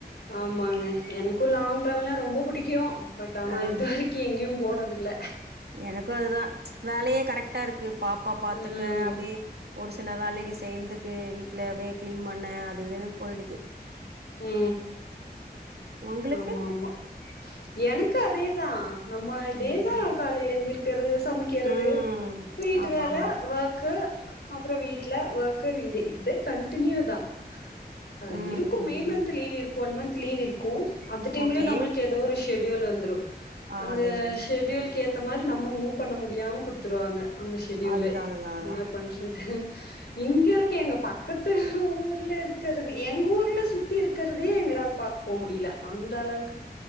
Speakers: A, on the left; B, on the right.
A: ஆமாங்க எனக்கு லாங் டிராவல்னா ரொம்ப புடிக்கு பட் ஆனா
B: ஆ
A: இது வரைக்கு எங்கேயு போனது தில்ல
B: எனக்கு அதுதா வேலயே கரெக்டா இருக்கு பாப்பா பாத்துக்க
A: ம்
B: அப்டியே ஒருசி சில வேலைக செய்றதுக்கு வீட்ல அப்டியே கிளீன் பண்ண அதுஇதுனு போயிடுது
A: உ
B: உங்களுக்கு
A: ஆமா ஆமா எனக்கு அதே தா நம்ம இதேதா
B: ம்
A: காலேல எந்திரி கிறதுச் சமக்கிறது
B: ம்
A: வீட்டு
B: ஆமா
A: வேல
B: ஆமா
A: ஒர்க்கு அப்றோ வீட்ல ஒர் க்கு வீடு இதே கண்டினியூ தா அ
B: ம்
A: இரு கு மே
B: ம்
A: மந்த் லீவ் இருக் கு ஒன் மந்த் லீவ் இருக்கு அந்த டைமலயு
B: ஓகே
A: நம்மளுக்கு ஏதோ ஒரு ஷெட் யூல் வந்துரு
B: ஆ
A: அந்த
B: அது எஸ்
A: ஷெட்யூலுக்கு யேத் த்த மாரி நம்ம மூவ் பண்ண முடியாம குடுத்துருவாங்க அந்த செடியூலு
B: அதுதா அதுதா அதுதா
A: என்ன பண்ஷன்து இங்க இருக்க எங்க பக் பக்கத்து ஊர்ல இருக்கிறது எங்க ஊர்ல சுத்தி இருக்கிறதே எங்களால் பாக்க போ முடில அந்த அளவு